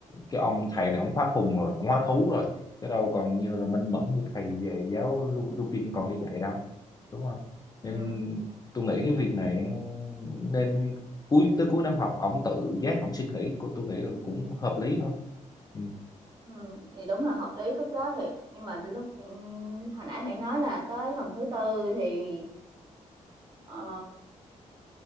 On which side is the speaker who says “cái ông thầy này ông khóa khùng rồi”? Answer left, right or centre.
Left